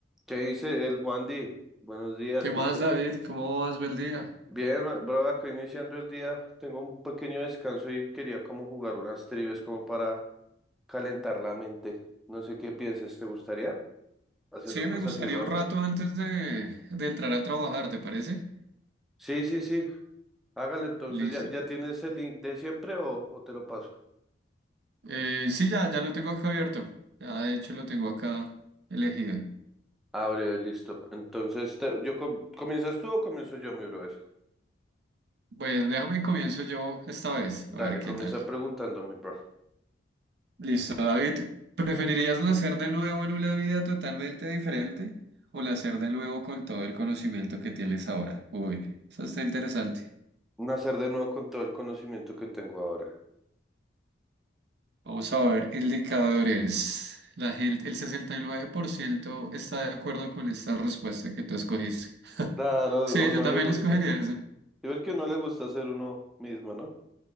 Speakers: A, in the centre; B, on the right.
A: ¿Qué dice el Juan Di? Buenos días,
B: ¿Qué
A: ¿cómo
B: más,
A: te
B: David?
A: va?
B: ¿Cómo vas? Bel día.
A: Bien, ma- bro, acá iniciando el día, tengo un pequeño descanso y quería como jugar unas trivias como para calentar la mente. No sé qué pienses, ¿te gustaría hacer
B: Sí,
A: unas
B: me gustaría
A: así random?
B: un rato antes de, de entrar a trabajar, ¿te parece?
A: Sí, sí, sí, hágale entonces,
B: Listo.
A: ¿ya, ya tienes el link de siempre o, o te lo paso?
B: Eh, sí, ya, ya lo tengo acá abierto. Ya, de hecho, lo tengo acá elegido.
A: Abre, listo. Entonces, te- yo com- ¿comienzas tú o comienzo yo, mi brother?
B: Pues déjame comienzo yo esta vez,
A: Dale,
B: a ver qué
A: comienza
B: tal.
A: preguntándome, bro.
B: Listo, David. ¿Preferirías nacer de nuevo en una vida totalmente diferente o nacer de nuevo con todo el conocimiento que tienes ahora? Uy, eso está interesante.
A: Nacer de nuevo con todo el conocimiento que tengo ahora.
B: Vamos a ver indicadores. La gente, el 69% está de acuerdo con esta respuesta que tú escogiste. <laughs>
A: Claro,
B: Sí,
A: o
B: yo
A: no
B: también
A: le gusta.
B: la escogería ese.
A: Y ver que no le gusta ser uno mismo, ¿no?